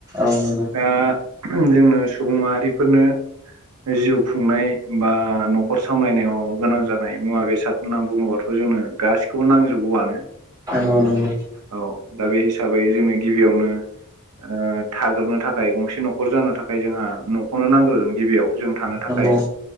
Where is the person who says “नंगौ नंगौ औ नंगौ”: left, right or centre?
Right